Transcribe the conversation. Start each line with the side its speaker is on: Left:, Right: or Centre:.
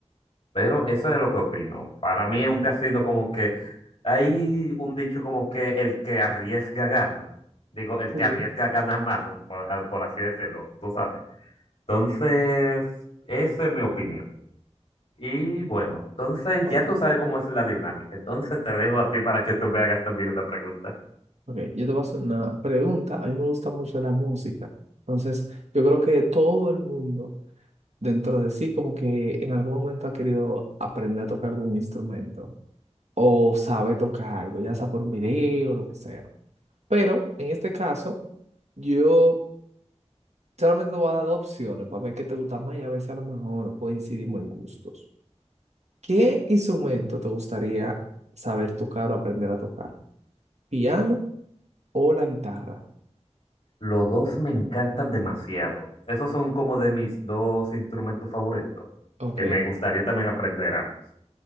Left: Pero eso es lo que opino. Para mí es un casino como que hay un dicho como que el que arriesga gana. Digo, el
Right: Sí,
Left: que arriesga gana más, o por, a- por así decirlo, tú sabes. Entonces, esa es mi opinión. Y bueno, entonces
Right: ok.
Left: ya tú sabes cómo es la dinámica. Entonces te dejo a ti para que tú me hagas también una pregunta.
Right: Ok, yo te voy a hacer una pregunta. A mí me gusta mucho la música. Entonces, yo creo que todo el mundo dentro de sí como que en algún momento ha querido aprender a tocar algún instrumento o sabe tocar algo, ya sea por un video o lo que sea. Pero en este caso, yo solamente te voy a dar dos opciones para ver qué te gusta más y a ver si a lo mejor coincidimos en gustos. ¿Qué instrumento te gustaría saber tocar o aprender a tocar? ¿Piano o la guitarra?
Left: Los dos me encantan demasiado. Esos son como de mis dos instrumentos favoritos,
Right: Ok.
Left: que me gustaría también aprender ambos.